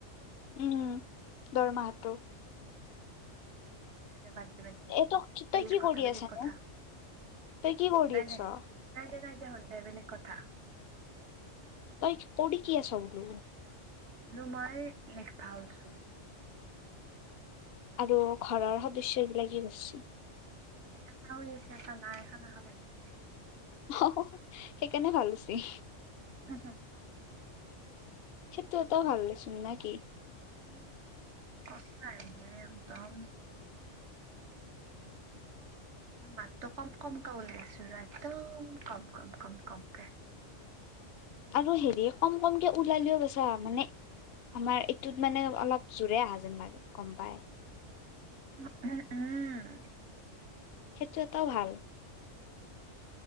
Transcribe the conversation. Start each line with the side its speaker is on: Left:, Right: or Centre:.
Left: উম দৰমাহতো।
Right: নাই দে বাদ দে বাদ দে
Left: এইটো কি
Right: বেলেগ
Left: তই কি
Right: কথা
Left: কৰি
Right: বেলেগ
Left: আছ
Right: কথা
Left: ন। তুই কি কৰি
Right: নাই
Left: আছ।
Right: দে নাই নাই হনতেহ বেলেগ কথা।
Left: তই অওদি কি কৰি আছ।
Right: ৰুমা এই নেকফাওচোন।
Left: আৰু ঘৰৰ সদস্য বিলাকে কি গৈছে।
Right: এটাও আছে এটা নাই খানা খাবা দিছে।
Left: অ সেইকাৰণে ভাল হৈছি।
Right: উম হুম।
Left: সেইটো এটা ভাল দে চোন না কি।
Right: উম কতো নাইএকদম।
Left: <inaudible>
Right: ভাতটো কম কম কে বনাই আছোঁ একদম কম কম কম কমকে।
Left: আৰু হেৰি কম কমকে ওলালেও বছা মানে। আমাৰ এইটোত মানে অলপ জোৰে অহা যেন লাগে গম পায়।
Right: উম উম।
Left: সেইটো এটাও ভাল।